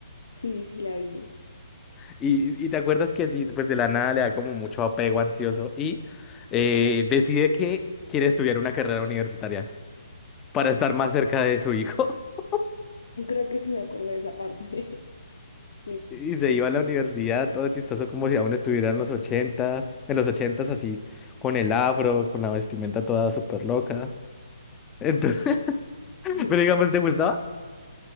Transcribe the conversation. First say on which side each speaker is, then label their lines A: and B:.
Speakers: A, on the left (about 75°); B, on the left (about 15°).
A: Sí, sí la vi.
B: Y, y te acuerdas que sí, pues de la nada le da como mucho apego ansioso y eh, decide que quiere estudiar una carrera universitaria. para estar más cerca de su hijo. <laughs>
A: Creo que sí me acuerdo de esa parte. <laughs> Sí,
B: Y se iba a la universidad, todo chistoso, como si aún estuviera en los ochentas, en los ochentas así, con el afro, con la vestimenta toda súper loca. Entonces,
A: sí.
B: <laughs>
A: <laughs>
B: pero digamos,
A: Sí,
B: ¿te gustaba?